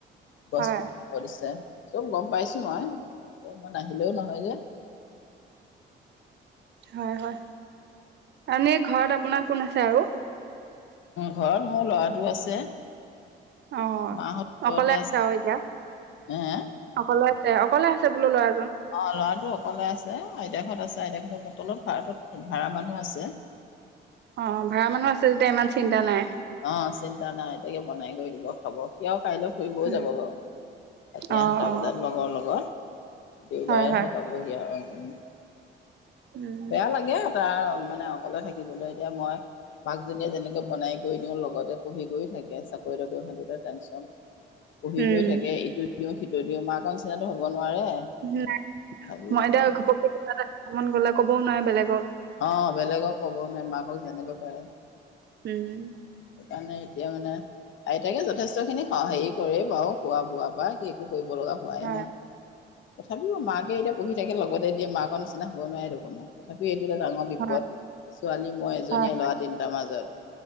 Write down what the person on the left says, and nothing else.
গছ
পুলি ৰুব দিছে। চব গম পাইছো মই এতিয়া নাহিলেও নহয় যে।
ঘৰত মোৰ ল'ৰাটো আছে।
মাহঁত ঘৰতে
হে
অ', ল'ৰাটো অ অকলে আছে, আইতাকহঁত আছে, আইতাকহঁতৰ তলত-ফ্লেটত ভাড়া মানুহ আছে।
অ', চিন্তা নাই, আইতাকে বনাই কৰি দিব, খাব, সি আৰু কাইলৈ ফুৰিবও
যাব বাৰু, ৰাতি
আঠটা
বজাত লগৰৰ লগত। দেওবাৰেহে
পাবহি আৰু, অ' উম'
বেয়া লাগে আৰু তাৰ আৰু মানে অকলে থাকিবলৈ এতিয়া মই বাকজনীয়ে যেনেকে বনাই কৰি দিওঁ লগতে পঢ়ি কৰি থাকে, চাকৰি তাকৰি সেইটোতে টেনচন। পঢ়ি
গৈ থাকে এইটো এইটো সিটো দিওঁ মাকৰ নিচিনাতো হ'ব নোৱাৰে।
তথাপিও
অ', বেলেগক ক'ব নাই মাকক যেনেকৈ পাৰে।
সেইকাৰণে এতিয়া মানে আইতাকে যথেষ্টখিনি হেৰি কৰে বাৰু খোৱা বোৱা পা একো কৰিব লগা হোৱাই
নাই। তথাপিও মাকে এতিয়া পঢ়ি থাকে লগতে দিয়ে মাকৰ নিচনা হ'ব নোৱাৰেটো কোনো তথাপিও টা ডাঙৰ বিপদ,
ছোৱালী মই এজনীয়ে
ল'ৰা তিনটাৰ মাজত।